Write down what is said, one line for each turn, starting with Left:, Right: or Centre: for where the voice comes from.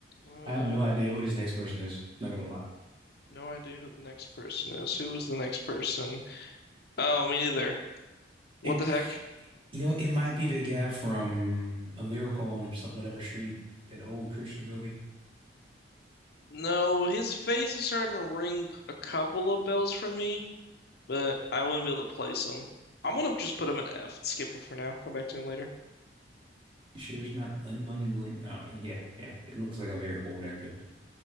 Left: Uh,
Right: I have no idea who this next person is. Not gonna lie.
Left: no idea who the next person is. Who was the next person? Oh, me neither. What
Right: It,
Left: the heck?
Right: you know, it might be the guy from A Miracle on so- whatever street, that old Christian movie.
Left: No, his face is starting to ring a couple of bells for me, but I wouldn't be able to place him. I'm gonna just put him in F. Skip him for now. Come back to him later.
Right: You sure it's not Unmun Glenn? I don't know. Yeah, yeah. It looks like a very old actor.